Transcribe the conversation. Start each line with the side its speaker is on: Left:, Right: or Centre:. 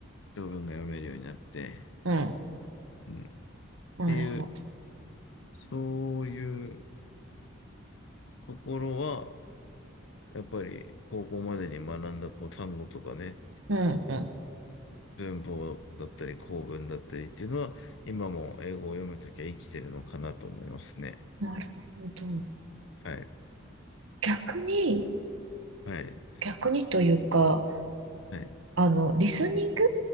Left: 条文が読めるようになって、
Right: うん。
Left: うん、っ
Right: なるほど。
Left: ていう、そういうところは、やっぱり高校までに学んだこう単語とかね、
Right: うんうん。
Left: 文法だったり、構文だったりっていうのは、今も英語を読むときは生きてるのかなと思いますね。
Right: なるほど。
Left: はい。
Right: 逆に、
Left: はい。
Right: 逆にというか、
Left: はい。
Right: あの、リスニング